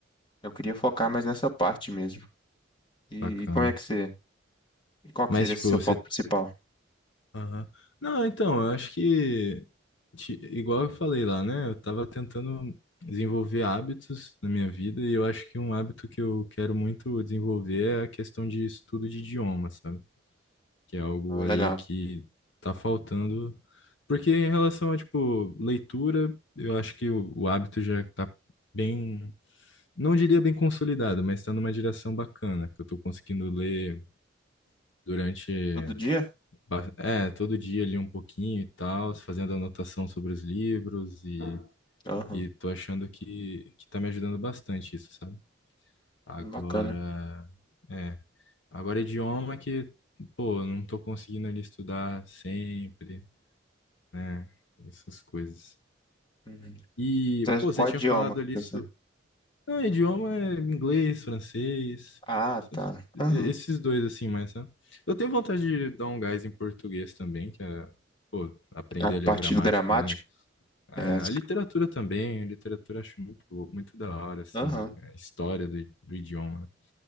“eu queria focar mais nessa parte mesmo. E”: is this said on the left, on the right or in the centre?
Left